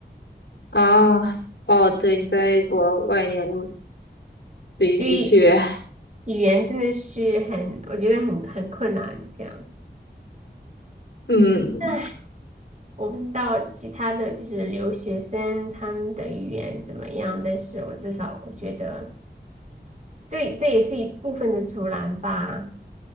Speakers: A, on the left (about 75°); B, on the right (about 40°).
A: 啊，哦，对，你在国外念物，对，
B: 所以
A: 的确，
B: 语言真的是很，我觉得很很困难这样。
A: 嗯
B: 唉我不知道其他的就是留学生他们的语言怎么样，但是我至少我觉得这这也是一部分的阻拦吧。